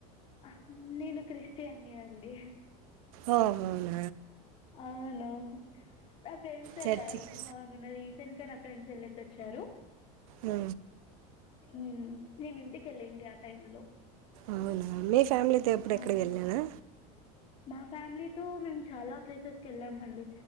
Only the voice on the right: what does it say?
ఓ మొన్న
చర్చికి
ఉ
అవునా మీ ఫ్యామిలీతో ఎప్పుడు ఎక్కడికి
వెళ్లా లేదా